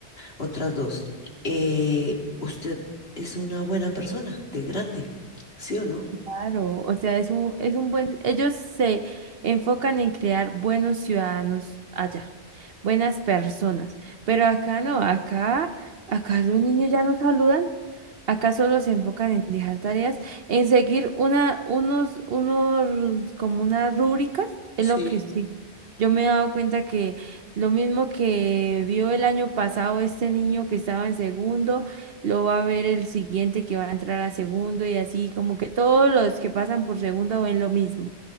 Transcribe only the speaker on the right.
Claro, o sea, es un, es un buen, ellos se enfocan en crear buenos ciudadanos allá, buenas personas, pero acá no, acá, acá los niños ya no saludan, acá solo se enfocan en dejar tareas, en seguir una, unos, unos, como unas rúbricas, es
lo que sí. Yo me he dado cuenta que lo mismo que vio el año pasado este niño que estaba en segundo lo va a ver el siguiente que va a entrar a segundo y así, como que todos los que pasan por segundo ven lo mismo.